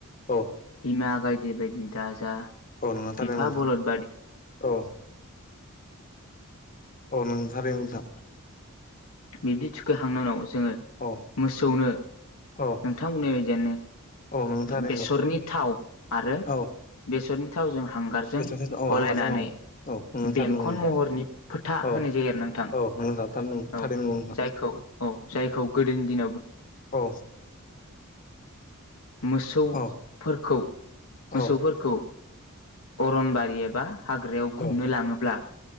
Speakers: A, on the left; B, on the left.
A: औ
B: बिमा गाइदे बायदि दााजा।
A: औ नंगौ
B: बिफा
A: थारनांगौ नोंथां
B: बरलद।
A: औ अ नों सारि दां।
B: बिब्दि थिखैखांनायनि उनाव जोङो
A: औ
B: मोसौनो।
A: औ
B: नोंथांमोननाय बायदियानो
A: औ नों थारैनो
B: बेसरनि थाव आरो।
A: औ
B: बेसरनि थावजों हांगारजों
A: बेथ' औ
B: गलायनानै।
A: हांगारजों औ औ नोंनो
B: बेंखन
A: थारनांगौ नोंथां
B: महरनि फोथा।
A: औ
B: होनाय जायो आरो नोंथां
A: औ नोंनो थारनांगौ
B: औ
A: थारैनांगौ नोंथां
B: जायखौ औ जायखौ। गोदोनि।
A: औ
B: मोसौफोरखौ
A: औ
B: मोसौफोरखौ
A: औ
B: अरनबारि एबा हाग्रायाव गुमनो
A: औ
B: लाङोब्ला